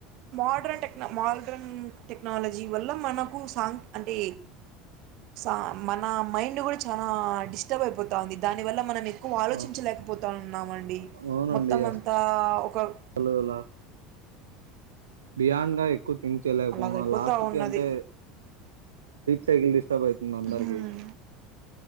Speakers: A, on the right; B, on the right.
A: మోడ్రన్ టెక్న మోడ్రన్ టెక్నాలజీ వల్ల మనకు సాంగ్ అంటే సా మన మైండ్ కూడా చాలా డిస్టర్బ్ అయిపోత ఉంది దానివల్ల మనం ఎక్కువ ఆలోచించలేకపోతా
B: ఆ
A: ఉన్నామండి మొం
B: అవునండి
A: మొత్తమంతా ఒకవు
B: అసలు అలా బియాండ్ గా ఎక్కువ థంక్ చేయలేకపో
A: అలాగైపోతా
B: లాస్ట్
A: ఉన్నది
B: కి అంటే సైకి ఇష్టవుతుంది అందరికి
A: హ్మ్.